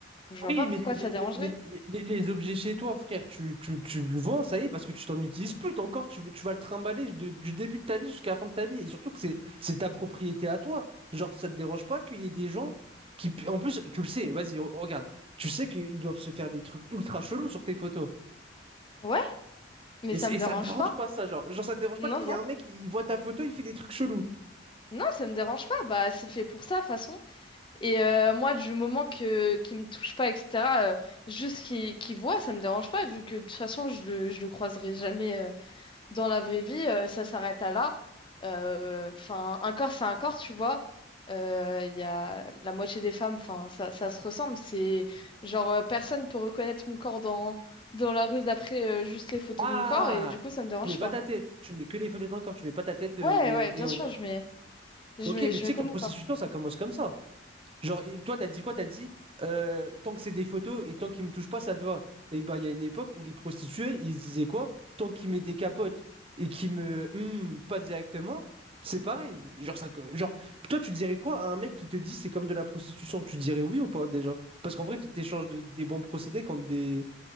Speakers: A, on the left (about 25°); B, on the right (about 30°).
A: Donc, je vois
B: Oui,
A: pas
B: mais,
A: pourquoi
B: les,
A: ça dérangerait.
B: mais- mais les- les- les objets chez toi, frère, tu, tu, tu le vends, ça y est, parce que tu t'en utilises plus. t'as Encore, tu, veux- tu vas le trimballer de- du début de ta vie jusqu'à la fin de ta vie. Et surtout que c'est, c'est ta propriété à toi. Genre, ça te dérange pas qu'il y ait des gens qui... pu- En plus, tu le sais, vas-y, re- regarde. Tu sais qu'ils doivent se faire des trucs ultra chelous sur tes photos.
A: Ouais, mais
B: Et,
A: ça
B: c'est-
A: me
B: et
A: dérange
B: ça te dérange
A: pas.
B: pas, ça, genre. Genre, ça te dérange
A: Non,
B: pas qu'il y
A: non.
B: ait un mec, il voit ta photo, il fait des trucs chelous.
A: Non, ça me dérange pas. Bah, c'est fait pour ça, de toute façon. Et euh, moi, du moment que qu'il me touche pas, etc., euh, juste qu'il qu'il voit, ça me dérange pas, vu que de toute façon, je le, je le croiserai jamais euh, dans la vraie vie, euh, ça s'arrête à là. Euh, Enfin, un corps, c'est un corps, tu vois. Euh, Il y a la moitié des femmes, enfin, ça, ça se ressemble. C'est genre, euh, personne peut reconnaître mon corps dans, dans la rue d'après euh, juste les photos
B: Ah!
A: de mon corps, et du coup, ça me dérange
B: Tu mets pas
A: pas.
B: ta tête. Tu mets que les photos de ton corps. Tu mets pas ta tête euh,
A: Ouais,
B: où
A: ouais,
B: on-
A: bien
B: et on
A: sûr,
B: voit.
A: je mets, je
B: Ok,
A: mets,
B: mais
A: je
B: tu sais
A: mets comme
B: que la
A: mon
B: prostitution,
A: corps.
B: ça commence comme ça. Genre, et toi, t'as dit quoi? T'as dit euh, tant que c'est des photos et tant qu'ils me touchent pas, ça te va. Et bah, il y a une époque où les prostituées, ils se disaient quoi? Tant qu'ils met des capotes et qu'ils me hum, pas directement, c'est pareil. Genre, ça, co- genre, toi, tu dirais quoi à un mec qui te dit c'est comme de la prostitution? Tu dirais oui ou pas déjà? Parce qu'en vrai, tu t'échanges de- des bons procédés contre des,